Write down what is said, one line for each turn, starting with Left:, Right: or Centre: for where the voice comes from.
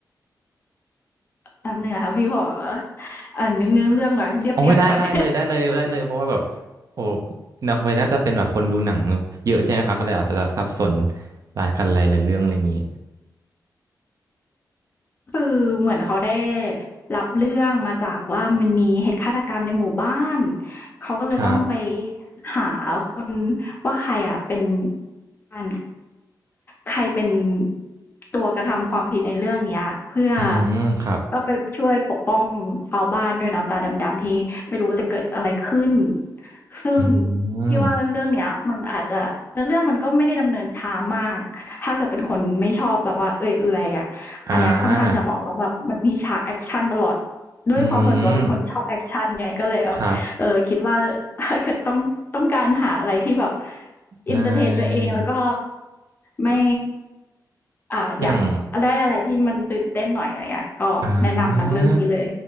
Left: แป๊บหนึงนะคะพี่ขออ่านนึกเนื้อเรื่องหน่อยเรียบเรียงก่อน
Right: โอ้ยได้ได้เลยได้เลยได้เลยเพราะว่าแบบ
Left: <laughs>
Right: โอ้นาคอยน่าจะเป็นแบบคนดูหนังเยอะใช่ไหมครับก็เลยอาจจะสับสนรายกันหลายๆเรื่องอะไรอย่างนี้
Left: คือเหมือนเขาได้รับเรื่องมาจากว่ามันมีเหตุฆาตกรรมในหมู่บ้านเขาก็เลยต้องไป
Right: ครับ
Left: หาคนว่าใครอ่ะเป็นการ ใครเป็นตัวกระทำความผิดในเรื่องเนี้ยเพื่อ
Right: อืมครับ
Left: ก็ไปช่วยปกป้องชาวบ้านด้วยเนาะตาดำๆที่ไม่รู้จะเกิดอะไรขึ้นซึ่ง
Right: อืม
Left: พี่ว่าเรื่องเนี้ยมันอาจจะเรื่องมันก็ไม่ได้ดำเนินช้ามากถ้าเกิดเป็นคนไม่ชอบแบบว่าเอื่อยๆอ่ะอันเนี้ยค่อนข้างจะเหมาะแล้วแบบมันมีฉากแอคชั่นตลอด
Right: อ่า
Left: ด้วยความส่วนตัวเป็นคนชอบแอคชั่นไงก็เลยแบบเออคิดว่าถ้าเกิดต้องต้องการหาอะไรที่แบบ
Right: อืมครับ
Left: เอินเตอร์เทนตัวเองแล้วก็
Right: นาย
Left: ไม่อ่าอยากได้อะไรที่มันตื่นเต้นหน่อยอะไรเงี้ยก็แนะนำหนังเรื่องนี้เลย
Right: อย่าง อ่า